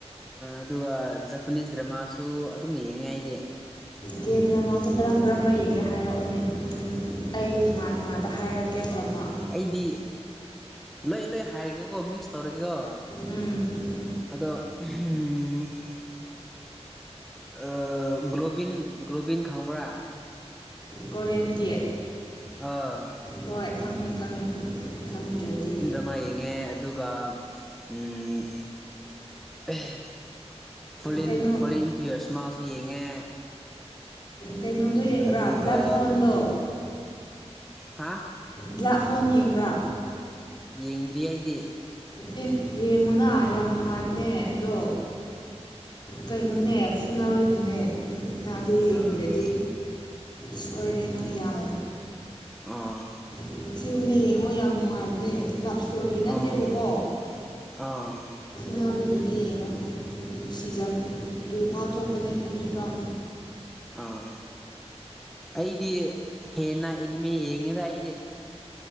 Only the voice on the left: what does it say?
ꯀꯦ ꯗ꯭ꯔꯃꯥꯁꯦ ꯀꯔꯝ ꯀꯔꯝꯕ ꯌꯦꯡꯒꯦ ꯍꯥꯏꯔꯛꯎꯅꯦ ꯑꯩ ꯅꯨꯡꯉꯥꯏ ꯅꯨꯡꯉꯥꯏꯕ ꯍꯥꯏꯔꯛꯀꯦ ꯗ꯭ꯔꯃꯥ
ꯎꯝ
ꯀꯣꯔꯤꯌꯟꯒꯤ
ꯍꯣꯏ ꯈꯪꯉꯦ ꯈꯪꯉꯦ ꯈꯪꯗ꯭ꯔꯗꯤ
ꯀꯩꯅꯣ
ꯀꯩꯅꯣꯗꯣ ꯌꯦꯡꯕ꯭ꯔꯥ
ꯕ꯭ꯂꯠ ꯍꯣꯟꯗꯣ
ꯕ꯭ꯂꯥꯛ ꯍꯣꯟ ꯌꯦꯡꯕ꯭ꯔꯥ
ꯑꯦ ꯌꯦꯡꯉꯣꯅꯥ ꯌꯥꯝ ꯅꯨꯡꯉꯥꯏꯕꯅꯦ ꯑꯗꯣ ꯀꯩꯅꯣꯅꯦ ꯐꯨꯅꯥꯕꯒꯤꯅꯦ ꯅꯪ ꯑꯗꯨ
ꯌꯦꯡꯗ꯭ꯔꯗꯤ ꯁꯣꯏꯔꯦ ꯅꯪ ꯌꯥꯝ
<unintelligible> ꯌꯦꯡꯉꯣ ꯌꯥꯝ ꯅꯨꯡꯉꯥꯏꯕꯅꯦ ꯂꯞꯏꯁꯇꯣꯔꯤ ꯅꯠꯇꯦꯕꯀꯣ
ꯅꯥꯕꯒꯤꯅ‌ꯦ ꯌꯦꯡꯉꯣ ꯁꯤꯖꯟ ꯇꯨ ꯐꯥꯎ ꯊꯣꯛꯄꯅꯦ ꯑꯅꯤ ꯐꯥꯎ